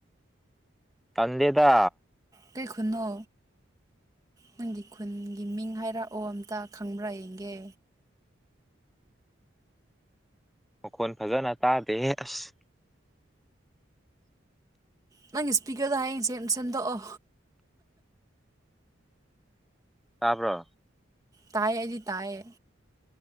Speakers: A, in the centre; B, on the right (about 20°).
A: ꯇꯗꯦꯗ
B: ꯀ ꯈꯨꯅꯣ ꯅꯪꯒꯤ ꯈꯨꯟꯒꯤ ꯃꯤꯡ ꯍꯥꯏꯔꯛꯑꯣ ꯑꯝꯇ ꯈꯪꯕ꯭ꯔꯥ ꯌꯦꯡꯒꯦ
A: ꯃꯈꯣꯟ ꯐꯖꯅ ꯇꯥꯗꯦꯍꯦ ꯑꯁ
B: ꯅꯪꯒꯤ ꯏꯁꯄꯤꯀꯔꯗꯣ ꯍꯌꯦꯡ ꯁꯦꯝ ꯁꯦꯝꯟꯗꯣꯛꯑꯣ
A: ꯇꯥꯕ꯭ꯔꯣ
B: ꯇꯥꯏꯌꯦ ꯍꯥꯏꯗꯤ ꯇꯥꯏꯌꯦ